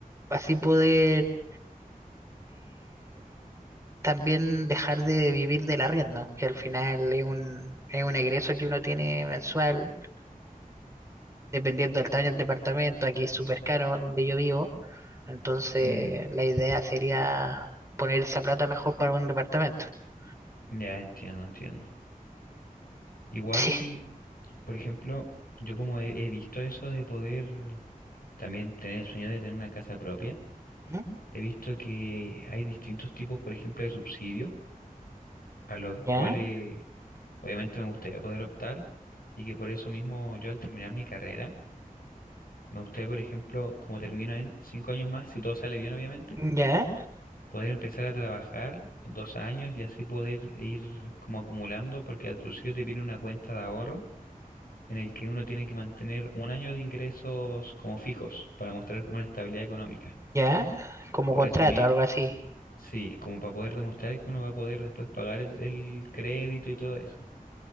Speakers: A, on the right; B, on the left.
A: así poder también dejar de vivir de la rienda, que al final es un, es un egreso que uno tiene mensual, dependiendo del tamaño del departamento, aquí es súper caro donde yo vivo, entonces
B: Mm,
A: la idea sería poner esa plata mejor para un departamento. <laughs>
B: ya entiendo, entiendo. Igual,
A: Sí.
B: por ejemplo, yo como he, he visto eso de poder también tener el sueño de tener una casa propia,
A: ¿Mm?
B: he visto que hay distintos tipos, por ejemplo, de subsidios a los
A: Ya,
B: cuales obviamente me gustaría poder optar y que por eso mismo yo al terminar mi carrera, me gustaría, por ejemplo, como termino en cinco años más, si todo sale bien obviamente,
A: ya,
B: poder empezar a trabajar dos años y así poder ir como acumulando, porque al principio te viene una cuenta de ahorro en el que uno tiene que mantener un año de ingresos como fijos para mostrar una estabilidad económica.
A: ya, como
B: Por
A: contrato,
B: eso mismo,
A: algo así.
B: sí, como para poder demostrar que uno va a poder después pagar el el crédito y todo eso.